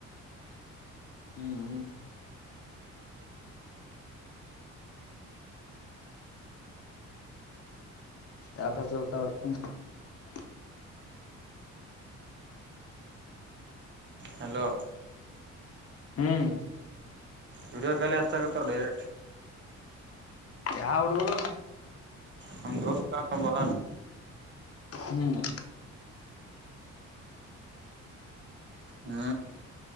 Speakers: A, on the left (about 50°); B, on the right (about 40°).
A: ಹ್ಮ್ <unintelligible>
B: ಹಲೋ
A: ಹ್ಮ್
B: ವಿೀಡಿಯೋ ಕಾಲ ಹತಕ್ಕತ್ತ ಡೈರೆಕ್ಟ್
A: ಯ ಅವಡುರು
B: ನಮ್ಮ ದೋಸ್ಬ
A: ಹ್ಮ್
B: ಹ್ಮ